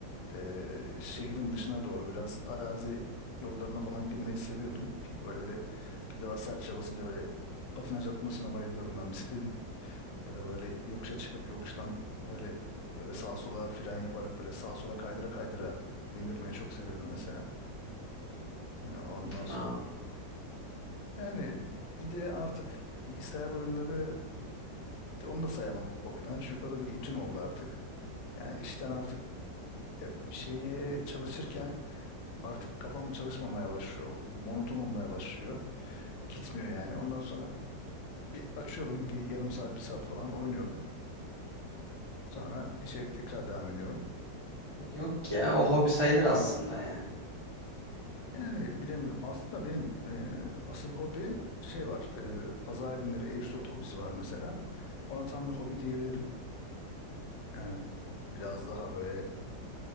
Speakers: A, on the left; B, on the right.
A: e, şehrin dışına doğru biraz arazi yollarına falan girmeyi seviyordum. Çünkü böyle böyle pedala sertçe basınca böyle patinaj atmasına bayılıyordum ben bisikletin. Ya da böyle yokuşa çıkıp yokuştan böyle böyle sağa sola fren yaparak böyle sağa sola kaydıra kaydıra indirmeyi çok seviyordum mesela. Ya ondan
B: hı,
A: sonra yani bir de artık bilgisayar oyunları onu da sayamam hobiden çünkü o da bir rutin oldu artık. Yani işten artık ya bir şeye çalışırken artık kafam çalışmamaya başlıyor. Monoton olmaya başlıyor. Gitmiyor yani. Ondan sonra bir açıyorum bir yarım saat bir saat falan oynuyorum. Sonra işe tekrar devam ediyorum.
B: Yok ya, o hobi sayılır aslında yani.
A: Yani bilemiyorum. Aslında benim e, asıl hobi şey var. E, pazar günleri Airsoft hobisi var mesela. Ona tam bir hobi diyebilirim. Yani biraz daha böyle